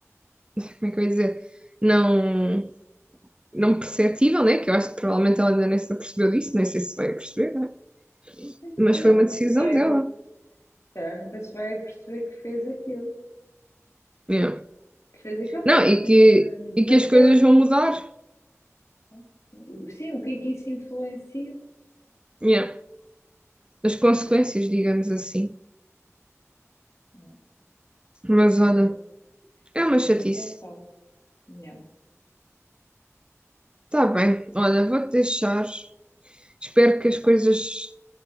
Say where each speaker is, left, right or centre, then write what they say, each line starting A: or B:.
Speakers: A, on the right; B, on the left.
A: Como é que eu ia dizer? Não não perceptível, né? Que eu acho que provavelmente ela ainda nem se apercebeu disso, nem sei se vai perceber, né?
B: Se
A: Mas
B: calhar
A: foi uma
B: nunca
A: decisão
B: se vai.
A: dela.
B: calhar nunca se vai perceber que fez aquilo.
A: Yeah.
B: Que fez aquilo,
A: Não,
B: não,
A: e
B: que hum,
A: que, e
B: da
A: que as
B: forma.
A: coisas vão mudar.
B: não? Sim, o sim, o que é que isso influencia?
A: Yeah. As consequências,
B: Não,
A: digamos assim.
B: não.
A: Mas
B: A
A: olha,
B: gente,
A: é uma
B: a gente
A: chatice.
B: nunca sabe. Não.
A: está bem, olha, vou-te deixar. Espero que as coisas